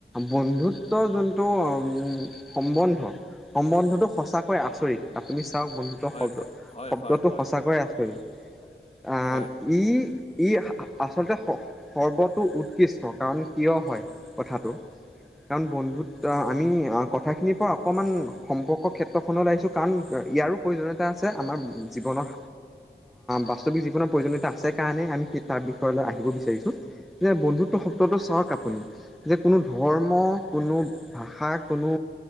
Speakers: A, in the centre; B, on the left (about 35°).
A: বন্ধুত তহ ', যোনটো উ', সম্বন্ধ -সম্বন্ধটো সঁচাকৈ আচৰিত আপুনি চাওক বন্ধু।
B: হয়
A: শব্দ
B: হয়
A: -শব্দটো
B: হয় হয় হয়
A: সঁচাকৈয় আচৰিত আহ',
B: হয়
A: ই', ই', আ', - আ', আচলতে স', সৰ্বতো উৎকৃষ্ট। <unintelligible> কাৰণ কিয় হয় কথাটো? কাৰণ বন্ধুত আ ', আমি আ ', কথাখিনিৰ পৰা অকণমান সম্পৰ্কৰ ক্ষেত্ৰখন ও আহিছোঁ কাৰণ ইয়াৰো প্ৰয়োজনীয়তা আছে আমাৰ জীৱনৰ বাস্তৱিক জীৱনৰ প্ৰয়োজনীয়তা আছে। কাৰণে আমি সেই তাৰ বিষয়লৈ আহিব বিচাৰিছোঁ, যে বন্ধুত্ব শব্দটো চাওক আপুনি যে কোনো ধৰ্ম কোনো ভাষা কোনো